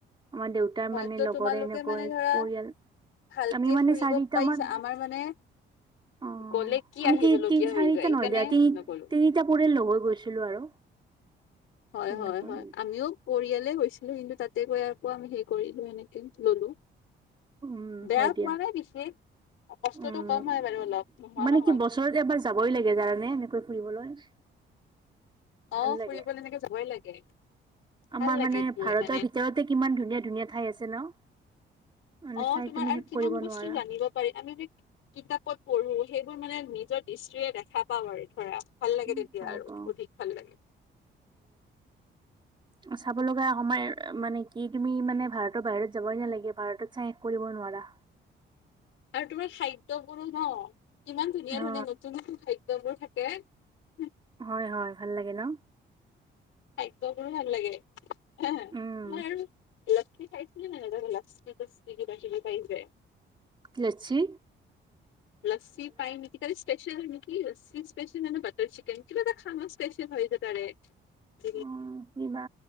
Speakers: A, on the right; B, on the left.
A: আমাৰ দেউতাৰ
B: হয়তো
A: মানে লগৰে
B: তোমালোকে
A: এনেকৈ
B: মানে ধৰা
A: পৰিয়াল <unintelligible>
B: ভালকে
A: আমি মানে
B: ফুৰিব
A: চাৰিটামান
B: পাৰিচা আমাৰ মানে
A: অ
B: গ'লে কি
A: আমি
B: আহিবলগীয়া
A: তি তিন চাৰিটা
B: হৈ যায় সেইকাৰণে
A: নহয় দিয়া তিনি তিনিটা
B: নগলো।
A: পৰিয়াল লগ হৈ গৈছিলো আৰু
B: হয়
A: তেনেকৈ
B: হয় হয় আমিও কৰি ইয়ালে গৈছিলো কিন্তু তাতে গৈ ইয়াৰ পৰা আমি সেৰি কৰিলো এনেকে ললো
A: উম
B: বেয়া
A: হয় দিয়া
B: পোৱা নাই বিশেষ কষ্টটো
A: উম,
B: কম হয় বাৰু অলপ নোহোৱা
A: মানে
B: নহয়
A: কি বছৰত এবাৰ যাবই লাগে জানানে এনেকৈ ফুৰিবলৈ। <inaudible>
B: অহ,
A: ভাল লাগে।
B: ফুৰিবলৈ <unintelligible> যাবই লাগে।
A: আমাৰ
B: ভাল লাগে
A: মানে
B: গৈ
A: ভাৰতৰ
B: মানে
A: ভিতৰতে কিমান ধুনীয়া- ধুনীয়া ঠাই আছে ন'। মানে
B: অ
A: চাই
B: তোমাৰ
A: তুমি
B: আৰু
A: শেষ
B: কিমান
A: কৰিব
B: বস্তু
A: নোৱাৰা।
B: জানিব পাৰি আমি যে কিতাপত পঢ়ো সেইবোৰ মানে নিজৰ দৃষ্টিৰে দেখা পাও আৰু ধৰা ভাল লাগে
A: উম,
B: তেতিয়া
A: পাওঁ
B: আৰু
A: পাওঁ
B: অধিক ভাল লাগে
A: অ চাব লগা সময় মানে কি তুমি মানে ভাৰতৰ বাহিৰত যাবই নালাগে ভাৰতত চাই শেষ কৰিব নোৱাৰা <inaudible>
B: আৰু তোমাৰ খাদ্য বোৰো ন ইমান ধুনীয়া
A: অ
B: ধুনীয়া নতুন নতুন খাদ্যবোৰ থা কে <unintelligible>
A: হয় হয় ভাল লাগে ন
B: খাদ্যবোৰো ভাল লাগে মই
A: উম
B: আৰু <unintelligible> কি খাইছিলে ন তহতৰ লিকছ কিবখি বাঢ়িব পাৰি যে <unintelligible>
A: লচি
B: লচি পায় নেকি তাৰছত স্পেচিয়েল নেকি লজি স্পেচিয়েল মানে বাটাৰ চিকেন কিবা এটা খানা স্পেচিয়েল হৈ যে তাৰে <unintelligible>
A: অ কিবা